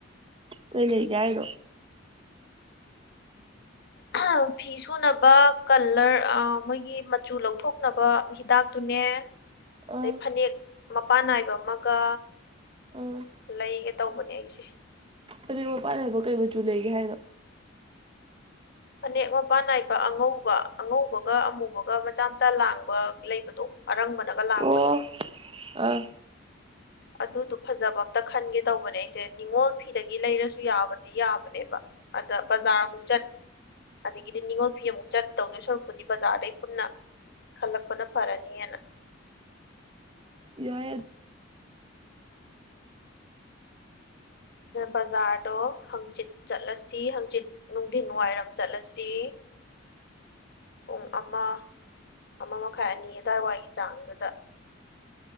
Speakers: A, on the right; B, on the left.
A: ꯀꯩ ꯂꯩ ꯀ ꯍꯥꯏꯔꯣ
B: ꯑ ꯐꯤ ꯁꯨꯅꯕ ꯀꯂꯔ ꯃꯣꯏꯒꯤ ꯃꯆꯨ ꯂꯧꯊꯣꯛꯅꯕ ꯍꯤꯗꯥꯛꯇꯨꯅꯦ ꯑꯗꯩ
A: ꯑꯥ
B: ꯐꯅꯦꯛ ꯃꯄꯥꯟ ꯅꯥꯏꯕ ꯑꯃꯒ
A: ꯑꯥ
B: ꯂꯩꯒꯦ ꯇꯧꯕꯅꯦ ꯑꯩꯁꯦ
A: ꯑꯗꯨꯩ ꯃ ꯄꯥꯟꯅꯕ ꯀꯩ ꯃꯆꯨ ꯂꯩꯒꯦ ꯍꯥꯏꯅꯣ
B: ꯃꯦꯛ ꯃꯄꯥꯟ ꯅꯥꯏꯕ ꯑꯉꯧꯕ ꯑꯉꯧꯕꯒ ꯑꯃꯨꯕꯒ ꯃꯆꯥ ꯃꯆꯥ ꯂꯥꯡꯕ ꯂꯩꯕꯗꯣ ꯑꯔꯪꯕꯅꯒ ꯂꯥꯡꯕꯗꯣ
A: ꯑꯣ ꯑꯥ
B: ꯑꯗꯨꯗꯨ ꯐꯖꯕ ꯑꯝꯇ ꯈꯟꯒꯦ ꯇꯧꯕꯅꯦ ꯑꯩꯁꯦ ꯅꯤꯡꯉꯣꯜ ꯐꯤꯗꯒꯤ ꯂꯩꯔꯁꯨ ꯌꯥꯕꯗꯤ ꯌꯥꯕꯅꯦꯕ ꯑꯗ ꯕꯖꯥꯔ ꯑꯃꯨꯛ ꯆꯠ ꯑꯗꯒꯤꯗꯤ ꯅꯤꯡꯅꯤꯉꯣꯜ ꯐꯤ ꯑꯃꯨꯛ ꯆꯠ ꯇꯧꯗꯣꯏ ꯁꯣꯔꯛꯄꯨꯗꯤ ꯕꯖꯥꯔꯗꯩ ꯄꯨꯟꯅ ꯈꯜꯂꯛꯄꯅ ꯐꯔꯅꯤꯑꯅ
A: ꯌꯥ
B: ꯕꯖꯥꯔꯗꯣ ꯍꯪꯆꯤꯠ ꯆꯠꯂꯁꯤ ꯍꯪꯆꯤꯠ ꯅꯨꯡꯊꯤꯟ ꯋꯥꯏꯔꯝ ꯆꯠꯂꯁꯤ ꯑꯣ ꯑꯃ ꯑꯃ ꯃꯈꯥꯏ ꯑꯅꯤ ꯑꯗꯥꯋꯥꯏꯋꯥꯏꯒꯤ ꯆꯥꯡꯗꯨꯗ